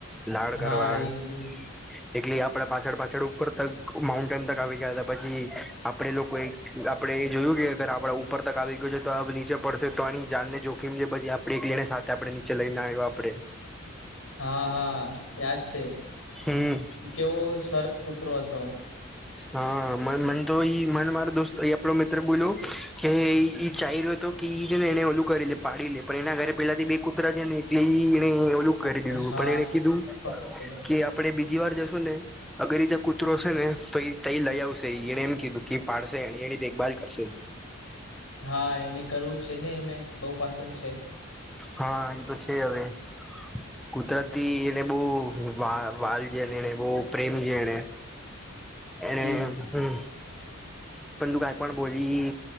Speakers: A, in the centre; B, on the left (about 75°).
A: લાડ કરવા
B: હા
A: આવે.
B: ઈજ ઈજ
A: એટલે આપડે પાછળ પાછળ ઉપર તક માઉન્ટેન તક આવી ગયા હતા પછી આપડે. કોઈ આપડે એ જોયું કે અગર આપડ ઉપર તક આવી ગયો છે, તો આ નીચે પડશે તો આની જાનને જોખીમ છે, પછી આપ એક લઈને સાથે આપડે નીચે લઈને આવ્યો આપડે,
B: હા, હા યાદ છે,
A: હમ્મ.
B: કેવો સરસ કૂતરો હતો.
A: હા મન તો મન માર દોસ્ત એ આપલો મિત્ર બોલો, કે ચાલોતો કે ને એને ઓલું કરી લે પાડી લે પણ એના ઘરે પેલા થી બે કૂતરા છે, ને જે એને ઓલું કરી દીધું
B: હા
A: પણ એને કીધું
B: પણ
A: કે‌ આપ, આપડે બીજીવાર જશું ને અગર રીતે કૂતરો છે, ને તઈ તય લઈ આવશે, એને એમ કીધું કે પાડશે એની દેખ બાલ કરશે,
B: હા એને કરવું જ છે, ને એને બહુ પસંદ છે.
A: હા એતો છે, હવે કુતરાતીથી એને બહુ વા વાલ જેને એને બહુ પ્રેમ છે, ને એને
B: ઈજ
A: હું, પણ તું કંઈ પણ બોલી